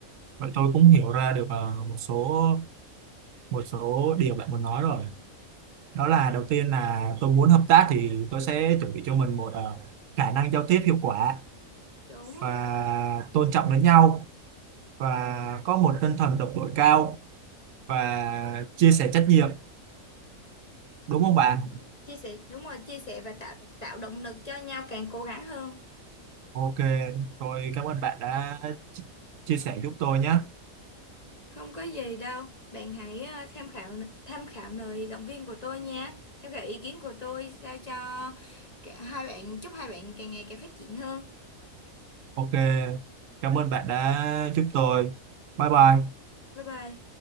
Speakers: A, on the right; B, on the left.
A: vậy tôi cũng hiểu ra được ờ, một số một số điều bạn muốn nói rồi đó là đầu tiên là tôi muốn hợp tác thì tôi sẽ chuẩn bị cho mình một ờ, khả năng giao tiếp hiệu quả
B: đúng
A: và tôn trọng lẫn nhau và có một tinh thần đồng đội cao và chia sẻ trách nhiệm đúng
B: đúng
A: không bạn
B: rồi. chia sẻ đúng rồi chia sẻ và tạo tạo động lực cho nhau càng cố gắng hơn
A: ok tôi cảm ơn bạn đã chi- chia sẻ giúp tôi nhé
B: không có gì đâu bạn hãy ờ, tham khảo tham khảo lời động viên của tôi nha tham khảo ý kiến của tôi sao cho cả hai bạn chúc hai bạn càng ngày càng phát triển hơn
A: ok cảm ơn bạn đã giúp tôi bye bye
B: bye bye